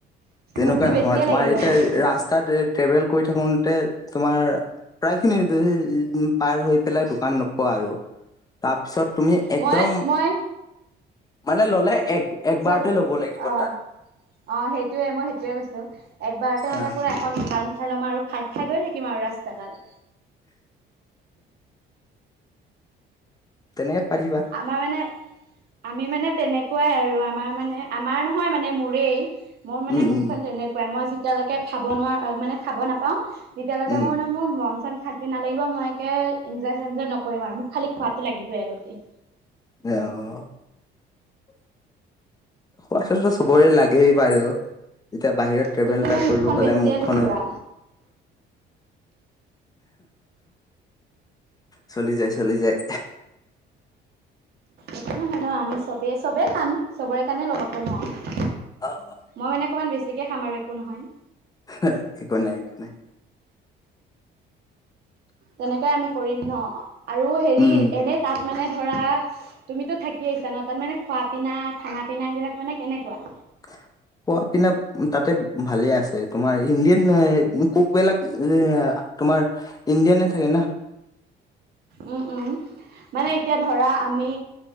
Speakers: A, on the left; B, on the right.
A: তেনেকুৱা
B: মোকতো
A: নহয়।
B: বেছিয়ে
A: তোমাৰ
B: লাগিব
A: এতিয়া
B: ল'বলৈ
A: ৰাস্তাত ট্ৰেভেল কৰি থাকোঁতে, তোমাৰ প্ৰায় খিনি পাৰ হৈ পেলাই দোকান নোপোৱা আৰু তাৰপিছত তুমি একদম
B: মই মই
A: মানে ল'লে এক-একবাৰতে
B: য'ত
A: ল'ব লাগিব
B: অঁ
A: তাত।
B: অ', হেইটোয়ে মই হেইটোয়ে কৈছো একবাৰতে মানে
A: অ
B: পুৰা এখন দোকান উঠাই ল'ম আৰু খাই-খাই গৈ থাক থাকিম আৰু ৰাস্তাডাল।
A: তেনেকে পাৰিবা।
B: আমাৰ মানে, আমি মানে তেনেকুৱাই আৰু আমাৰ মানে, আমাৰ নহয় মানে মোৰেই, মোৰ মানে
A: উম
B: মুখখন
A: উম
B: তেনেকুৱাই। মই যি তেতিয়ালৈকে খাব নোৱা-মানে খাব নাপাওঁ, তেতিয়ালৈকে
A: উম
B: মোৰ মানে মোৰ মন-চন নালাগিব মই একে এনজয়-চেনজয় নকৰিম আৰু, মোক খালি খোৱাতো লাগিবই আগতে।
A: অ', অ'। খোৱটোতো চবৰে লাগেই বাৰু যেতিয়া বাহিৰত ট্ৰেভেল
B: কিন্তু
A: এটা
B: মোৰ মুখখন
A: কৰিব গ'লে
B: বেছিয়ে
A: মুখখনত
B: লুতুৰা
A: চলি যায়, চলি যায়।
B: একো নহয় ন, আমি চবেই-চবেই খাম। চবৰে কাৰণে লম আকৌ ন?
A: অ', অ'।
B: মই মানে অকণমান বেছিকৈ খাম আৰু একো নহয়।
A: <unintelligible> একো নাই, একো নাই।
B: তেনেকুৱাই আমি কৰিম ন? আৰু হেৰি
A: উম,
B: এনেই তাত মানে ধৰা তুমিতো থাকি আহছা ন? তাত মানে খোৱা-পিনা, খান-পিনা সেইবিলাক মানে কেনেকুৱা?
A: <unintelligible> তাতে ভালে আছে। তোমাৰ ইণ্ডিয়ান কোকবিলাক তোমাৰ ইণ্ডিয়ানে থাকে না।
B: উম, উম। মানে এতিয়া ধৰা আমি